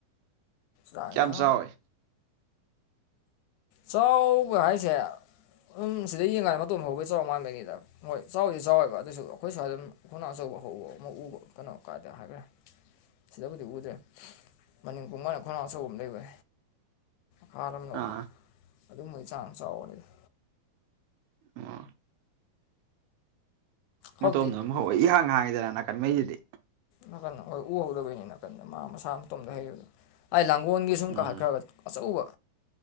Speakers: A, on the left (about 85°); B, on the right (about 85°).
A: ꯇꯥꯏꯅ
B: ꯀꯌꯥꯝ ꯆꯥꯎꯋꯤ
A: ꯆꯥꯎꯕ ꯍꯥꯏꯁꯦ ꯑꯗꯨꯝ ꯁꯤꯗ ꯌꯦꯡꯀꯥꯟꯗ ꯃꯇꯣꯟꯝ ꯐꯥꯎꯕꯩ ꯆꯥꯎ ꯃꯥꯟꯕꯅꯤꯗ ꯍꯣꯏ ꯆꯥꯎꯗꯤ ꯆꯥꯎꯋꯦꯕ ꯑꯗꯨꯁꯨ ꯑꯩꯈꯣꯏꯁꯨ ꯍꯥꯏ ꯑꯗꯨꯝ ꯍꯅ ꯑꯆꯧꯕ ꯍꯧꯕ ꯑꯃ ꯎꯕ ꯀꯩꯅꯣ ꯀꯥꯏꯗ ꯍꯥꯏꯈ꯭ꯔꯦ ꯁꯤꯗꯕꯨꯗꯤ ꯎꯗ꯭ꯔꯦ ꯃꯅꯤꯡ ꯀꯨꯝꯀꯥꯟꯅ ꯈꯣꯡꯅꯥꯎ ꯑꯆꯧꯕ ꯑꯃ ꯂꯩꯕꯦ ꯈꯥꯔꯂꯣꯝꯗ
B: ꯑꯥ
A: ꯑꯗꯨꯝꯕꯒꯤ ꯆꯥꯡ ꯆꯥꯎꯕꯅꯤꯗ
B: ꯑꯣ
A: ꯍꯧꯖꯤꯛꯇꯤ
B: ꯃꯇꯣꯝꯗ ꯑꯃꯨꯛ ꯍ ꯏꯍꯥꯡ ꯍꯥꯡꯉꯤꯗꯔꯥ ꯅꯥꯀꯟꯈꯩꯁꯤꯗꯤ
A: ꯅꯥꯀꯟꯗ ꯃꯈꯣꯏ ꯎꯍꯧꯗꯕꯩꯅꯤ ꯅꯥꯀꯟꯗ ꯃꯥ ꯃꯁꯥ ꯇꯣꯝꯗ ꯍꯩꯕ ꯑꯩꯏ ꯂꯥꯡꯒꯣꯜꯒꯤ ꯁꯨꯝ
B: ꯎꯝ
A: ꯀꯠꯈ꯭ꯔꯒ ꯑꯆꯧꯕ